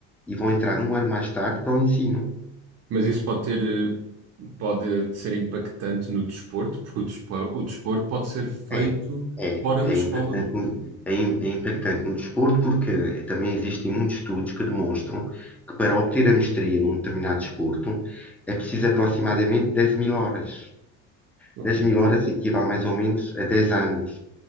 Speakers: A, in the centre; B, on the right.
A: e vão entrar um ano mais tarde para o ensino.
B: Mas isso pode ter, eh, pode ser impactante no desporto, porque o desporto, o desporto pode ser feito
A: É, é,
B: fora
A: é
B: da escola,
A: impactante.
B: não é?
A: no- É, im- é impactante no desporto porque também existem muitos estudos que demonstram que para obter a mestria num determinado desporto é preciso aproximadamente dez mil horas.
B: Ok.
A: dez mil horas equivale mais ou menos a 10 anos.